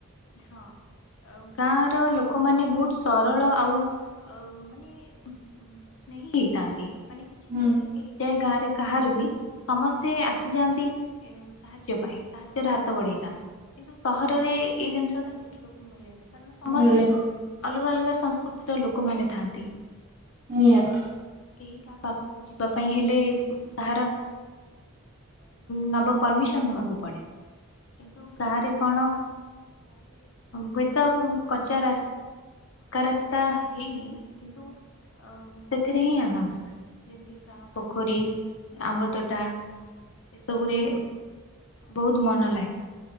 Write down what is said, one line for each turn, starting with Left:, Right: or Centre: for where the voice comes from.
Left: ହଁଉଁ ଗାଁ ର ଲୋକମାନେ ବହୁତ ସରଳ ଆଉ ଅ ମାନେ ସ୍ନେହି ହେଇଥାନ୍ତି। ମାନେ କିଛି
Right: ହୁଁ।
Left: ଯଦି ହେଇଯାଏ ଗାଁରେ କାହାର ବି ସମସ୍ତେ ଆସିଯାଆନ୍ତି ସାହାଯ୍ୟ ପାଇଁ ସାହାଯ୍ୟରେ ହାତ ବଢେଇଥାନ୍ତି କିନ୍ତୁ ସହରରେ ଏଇ ଜିନିଷ ଟା ଦେଖିବାକୁ ମିଳେନି କାରଣ -ସମସ୍ତେ
Right: ମିଳେନି
Left: ଅଲଗା ଅଲଗା ସଂସ୍କୃତିର ଲୋକମାନେ ଥାଆନ୍ତି। ସେଠି
Right: ନିହାତି।
Left: କେହି କା ପାଖକୁ ଯିବା ପାଇଁ ହେଲେ ତାହାର ନବା ପରମିଶନ ନେବାବୁ ପଡେ। କିନ୍ତୁ ଗାଁରେ କଣ ପକ୍କା ରାସ୍ତା ହେଇନି କିନ୍ତୁ ସେଥିରେ ହିଁ ଆନନ୍ଦ ଥାଏ, ଯେମିତିକା ପୋଖରୀ ଆମ୍ବ ତୋଟା ଏସବୁରେ ବହୁତ ମନ ଲାଗେ,